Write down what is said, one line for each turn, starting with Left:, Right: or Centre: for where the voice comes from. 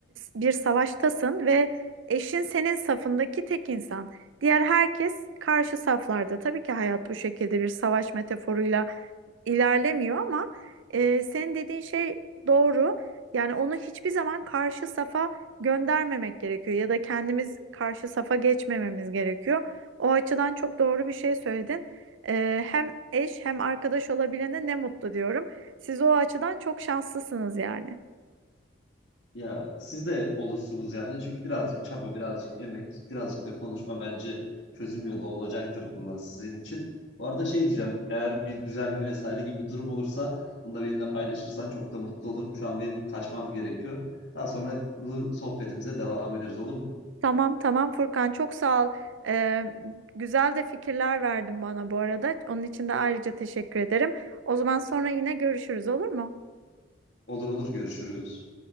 Right: bir savaştasın ve eşin senin safındaki tek insan. Diğer herkes karşı saflarda. Tabii ki hayat bu şekilde bir savaş metaforuyla ilerlemiyor ama e, senin dediğin şey doğru. Yani onu hiçbir zaman karşı safa göndermemek gerekiyor ya da kendimiz karşı safa geçmememiz gerekiyor. O açıdan çok doğru bir şey söyledin. E, hem eş hem arkadaş olabilene ne mutlu diyorum. Siz o açıdan çok şanslısınız yani.
Left: Ya siz de olursunuz yani. Çünkü birazcık çaba, birazcık emek, birazcık da konuşma bence çözüm yolu olacaktır bu da sizin için. Bu arada şey diyeceğim. Eğer bir düzelme vesaire gibi bir durum olursa bunu da benimle paylaşırsan çok da mutlu olurum. Şu an benim kaçmam gerekiyor. Daha sonra bu sohbetimize devam ederiz olur mu?
Right: Tamam tamam Furkan çok sağ ol. Ee, güzel de fikirler verdin bana bu arada. Onun için de ayrıca teşekkür ederim. O zaman sonra yine görüşürüz olur mu?
Left: Olur olur görüşürüz.